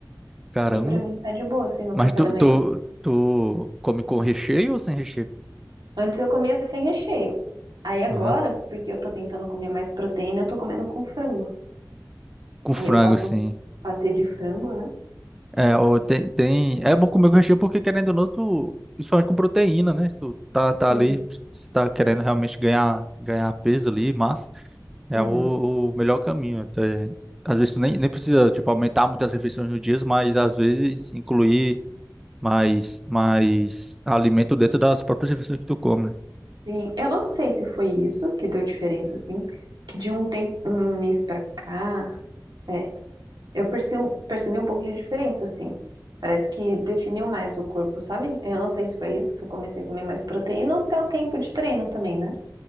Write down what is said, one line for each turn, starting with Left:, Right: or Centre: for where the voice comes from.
Centre: caramba.
Right: E pra mim tá de boa, assim, no
Centre: Mas
Right: café
Centre: tu,
Right: da manhã.
Centre: tu, tu come com recheio ou sem recheio?
Right: Antes eu comia sem recheio. Aí agora,
Centre: Aham.
Right: porque eu tô tentando comer mais proteína, eu tô comendo com frango.
Centre: Com
Right: Aí
Centre: frango,
Right: eu faço
Centre: sim.
Right: um patê de frango, né?
Centre: É, ou tem, tem... é bom comer com recheio porque, querendo ou não, tu... principalmente com proteína, né? Tu tá,
Right: Sim.
Centre: tá ali, se tá querendo realmente ganhar, ganhar peso ali, massa. É
Right: Uhum.
Centre: o, o melhor caminho. Até... Às vezes tu nem, nem precisa, tipo, aumentar muitas refeições no dia, mas às vezes incluir mais, mais alimento dentro das próprias refeições que tu come, né?
Right: Sim. Eu não sei se foi isso que deu diferença, assim, que de um tempo, um mês pra cá. é, Eu percebi, um- percebi um pouco de diferença, assim. Parece que definiu mais o corpo, sabe? Eu não sei se foi isso que eu comecei a comer mais proteína ou se é o tempo de treino também, né?